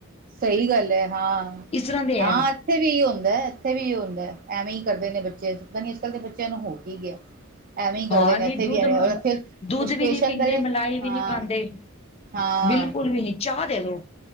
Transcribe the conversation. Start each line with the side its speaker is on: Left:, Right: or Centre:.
Right: ਸਹੀ ਗੱਲ ਹੈ, ਹਾਂ,
Left: ਇਸ ਤਰ੍ਹਾਂ ਦੇ
Right: ਹਾਂ
Left: ਹੈ
Right: ਇੱਥੇ ਵੀ ਏਹੀ ਹੁੰਦਾ, ਇੱਥੇ ਵੀ ਏਹੀ ਹੁੰਦਾ! ! ਐਵੇਂ ਹੀ ਕਰਦੇ ਨੇ ਬੱਚੇ, ਪਤਾ ਨੀ ਅੱਜ ਕੱਲ੍ਹ ਦੇ ਬੱਚਿਆਂ ਨੂੰ ਹੋਰ ਕੀ ਗਿਆ? ਐਵੇਂ ਹੀ ਕਰਦੇ
Left: ਹਾਂ
Right: ਨੇ
Left: ਨਹੀਂ
Right: ਇਥੇ ਵੀ
Left: ਦੁੱਧ
Right: ਐਵੇਂ ਅਉਰ ਇਥੇ
Left: ਦੁੱਧ
Right: ਉਹ ਸਪੇਸ਼ਲ
Left: ਵੀ ਨਹੀਂ ਪੀਂਦੇ
Right: ਬਲੇ,
Left: ਮਲਾਈ ਵੀ
Right: ਹਾਂ।
Left: ਨਹੀਂ ਖਾਂਦੇ
Right: ਹਾਂ
Left: ਬਿਲਕੁਲ ਵੀ ਨਹੀਂ ਚਾਹ ਦੇ ਦੋ